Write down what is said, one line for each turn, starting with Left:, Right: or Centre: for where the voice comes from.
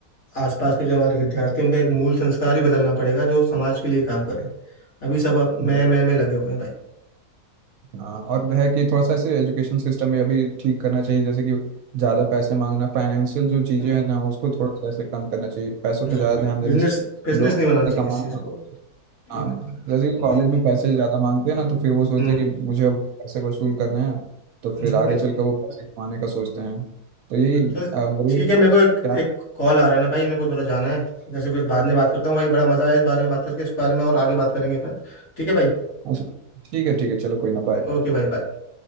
Left: आसपास के जो हमारे विद्यार्थी हैं उनका एक मूल संस्कार ही बदलना पड़ेगा जो समाज के लिए काम करे अभी सब अप- मैं
Right: जी
Left: मैं मैं लगे हुए हैं भाई
Right: हाँ और है कि थोड़ा सा ऐसे एजुकेशन सिस्टम ये भी ठीक करना चाहिए जैसे कि ज़्यादा पैसे मांगना फाइनेंशियल जो चीज़ें
Left: हम्म,
Right: हैं ना उसको थोड़ा सा ऐसे कम करना चाहिए पैसों पे
Left: हाँ
Right: ज़्यादा
Left: भाई
Right: ध्यान देने
Left: बिजनेस
Right: से
Left: बिजनेस
Right: लोग
Left: नहीं बनाना
Right: से
Left: चाहिए
Right: कमाना
Left: इस चीज़ को
Right: हाँ
Left: एक
Right: जैसे कि
Left: वही
Right: कॉलेज में पैसे ज़्यादा मांगते हैं ना तो फिर वो सोचते
Left: हम्म
Right: हैं कि मुझे अब पैसे वसूल करने हैं तो
Left: हाँ
Right: फिर आगे
Left: भाई
Right: चलकर वो पैसे कमाने का सोचते हैं तो यही
Left: चल
Right: रेट
Left: ठीक है मेरे को एक
Right: क्या
Left: एक कॉल आ रहा है ना भाई मेरे को थोड़ा जाना है इधर से फिर बाद में बात करता हूँ भाई बड़ा मजा आया इस बारे में बात करके इस बारे में और आगे बात करेंगे अपन ठीक है भाई
Right: अच्छा, ठीक है ठीक है चलो कोई ना बाय
Left: ओके भाई बाय